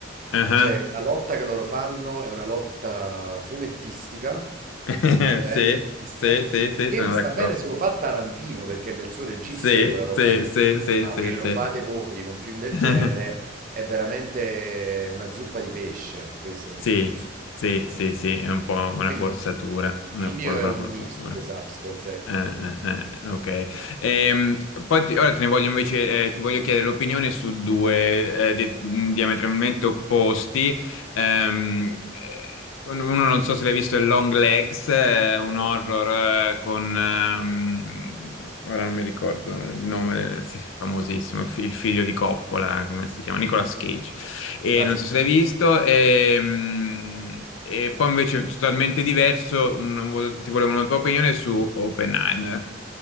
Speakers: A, on the left; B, on the right.
A: Ah,
B: Cioè, la lotta che loro fanno è una lotta fumettistica,
A: <laughs>
B: completamente
A: Sì,
B: fumettistica,
A: sì, sì, sì,
B: che
A: sono
B: mi sta
A: d'accordo.
B: bene se lo fa Tarantino, perché è nel suo registro
A: Sì,
B: quella roba
A: sì,
B: lì.
A: sì, sì,
B: Ma
A: sì,
B: che lo
A: sì.
B: fate voi in un film del
A: <laughs>
B: genere è veramente una zuppa di pesce, questo è il
A: Sì,
B: discorso.
A: sì, sì, sì, è un po' una
B: Quindi
A: forzatura, una
B: il
A: povera
B: mio è un
A: forzatura.
B: knee su The Substance, ecco.
A: Eh, eh, eh, ok. Ehm, poi ti- ora te ne voglio invece, eh, ti voglio chiedere l'opinione su due eh, di- mh, diametralmente opposti Ehm, eh, uno non so se l'hai visto, è Long Legs, eh, un horror eh, con... ehm, ora non mi ricordo il nome, sì, famosissimo, il, fi- il figlio di Coppola, come si chiama? Nicolas Cage. E
B: Ah,
A: non
B: sì,
A: so
B: sì.
A: se l'hai visto. ehm, E, poi invece totalmente diverso, un- ti volevo una tua opinione su Oppenheimer.